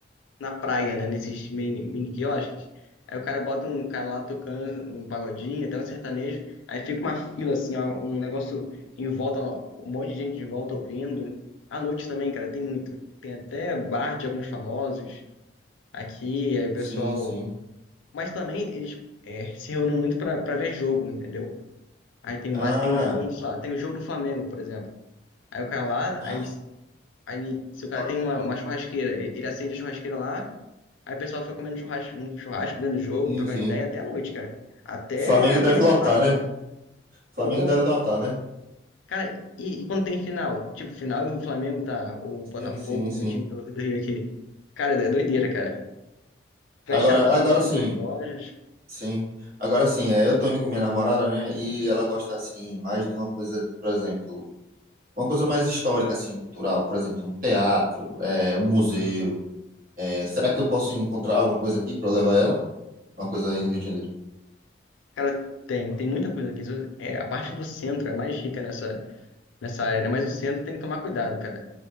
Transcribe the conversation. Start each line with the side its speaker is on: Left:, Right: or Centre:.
Left: na praia, né? Nesses mini, mini quiosques. Aí o cara bota um cara lá tocando um pagodinho, até um sertanejo. Aí fica uma fila, assim, ó, um negócio em volta, ó, um monte de gente em volta ouvindo. À noite também, cara, tem muito. Tem até bar de alguns famosos aqui, aí o pessoal.
Right: Sim, sim.
Left: Mas também eles é, se reúnem muito pra, pra ver jogo, entendeu? Aí tem um
Right: Ah,
Left: base, tem os, vamos lá, tem o jogo do Flamengo, por exemplo. Aí o cara lá,
Right: ah,
Left: aí, aí se o cara
Right: Fla-
Left: tem uma, uma churrasqueira, ele ele acende a churrasqueira lá. Aí o pessoal fica comendo churrasco, um churrasco dentro do jogo,
Right: sim,
Left: trocando
Right: sim.
Left: ideia até a noite, cara. Até,
Right: Flamengo
Left: até
Right: deve
Left: acabar
Right: lotar,
Left: tudo.
Right: né? Flamengo
Left: Pô,
Right: deve lotar, né?
Left: cara, e, e quando tem final? Tipo, final e o Flamengo tá, ou o Botafogo,
Right: Sim, sim,
Left: algum
Right: sim.
Left: time do, do Rio aqui. Cara, é doideira, cara. Fecha
Right: Agora,
Left: tudo,
Right: agora sim,
Left: as lojas.
Right: sim. Agora sim, é, eu tô indo com minha namorada, né? E ela gosta, assim, mais de uma coisa, por exemplo, uma coisa mais histórica, assim, cultural. Por exemplo, um teatro, é, um museu. É, será que eu posso encontrar alguma coisa aqui pra eu levar ela? Uma coisa aí no Rio de Janeiro.
Left: Cara, tem, tem muita coisa aqui. É, a parte do centro é mais rica nessa, nessa área, né? Mas o centro tem que tomar cuidado, cara.